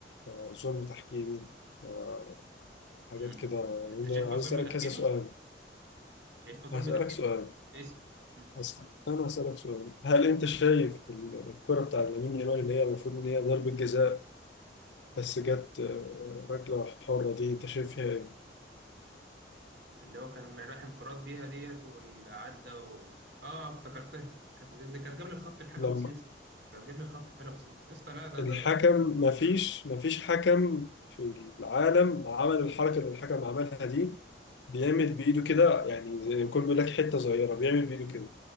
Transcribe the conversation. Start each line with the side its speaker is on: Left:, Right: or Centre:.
Left: آه، ظلم تحكيمي آه، حاجات
Right: مم.
Left: كده يعني
Right: انت
Left: أنا
Right: شايفها
Left: عايز
Right: ظلم
Left: اسالك
Right: تحكيمي
Left: كذا سؤال
Right: شايفها ظلم
Left: هسالك
Right: تحكيمي
Left: سؤال
Right: اسم مم.
Left: بس أنا هسألك سؤال هل أنت شايف الكرة بتاع لامين يامال اللي هي المفروض إن هي ضربة جزاء بس جت آه، ركلة حرة دي أنت شايفها إيه؟
Right: اللي هو كان راح انفراد بيها ديت واللي عدى و... اه افتكرتها كانت ده كانت جاب لي الخط بحاجه
Left: لما
Right: بسيطه كانت جاب لي الخط بحاجه بسيطه يا اسطى لا ده
Left: الحكم
Right: ده
Left: مفيش
Right: مم.
Left: مفيش حكم في العالم عمل الحركة اللي الحكم عملها دي بيعمل بإيده كده يعني زي ما يكون بيقول لك حتة صغيرة بيعمل بإيده كده